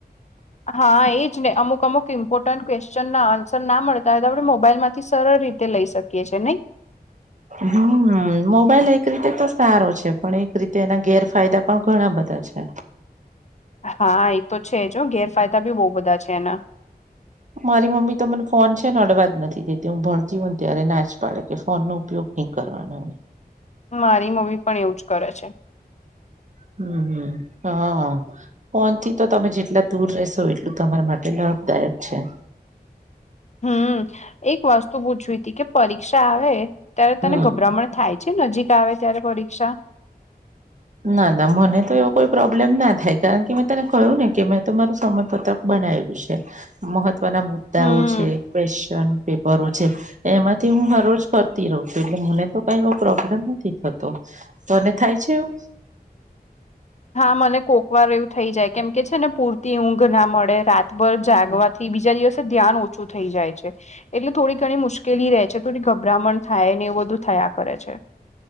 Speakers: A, on the left (about 45°); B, on the right (about 50°).
A: હા એ જ ને અમુક અમુક ઇમ્પોર્ટન્ટ ક્વેશ્ચન ના આન્સર ના મળતા હોય તો આપણે મોબાઈલ માંથી સરળ રીતે લઈ શકીએ. કે છે નહી. <inaudible>
B: હમ મોબાઈલ એક રીતે તો સારો છે પણ એક રીતે એના ગેરફાયદા પણ ઘણા બધા છે.
A: હા એ તો છે જો ગેરફાયદા બી બહુ બધા છે એના.
B: મારી મમ્મી તો મને ફોન છે ને અડવા જ નથી દેતી હું ભણતી હોય ને ત્યારે નાચ પાડે કે ફોનનુ ઉપયોગ નહી કરવાનો
A: મારી મમ્મી પણ એવું જ કરે છે.
B: હમ હમ હા ફનથી તો તમે જેટલા દૂર રહેશો એટલું તમારા માટે લાભદાયક છે.
A: હમ એક વાસ્તુ પૂછવી હતી કે પરીક્ષા આવે ત્યારે તને
B: હમ
A: ગભરામણ થાય. છે નજીક આવે ત્યારે પરીક્ષા
B: ના ના મને તો એવો કોઈ પ્રોબ્લેમ ના થાય કારણ કે તને કહ્યું ને કે મેં તમારું સમયપત્રક બનાવ્યું છે. ના મુદ્દાઓ
A: હમ
B: છે ક્વેશ્ચન પેપરો છે. એમાંથી હું હર રોજ કરતી રહઉ છું એટલે મને તો કઈ એવો પ્રોબ્લેમ નથી થતો. કોને થાય છેું.
A: હા મને કોકવાર એવું થઇ જાય કેમ કે છે ને પૂરતી ઊંઘ ના મળે રાતભર જાગવા થી બીજા દિવસે ધ્યાન ઓછું થઈ જાય છે. એટલે થોડી ઘણી મુશ્કેલી રહે છે થોડી ગભરામણ થાય ને એવું બધું થયા કરે છે.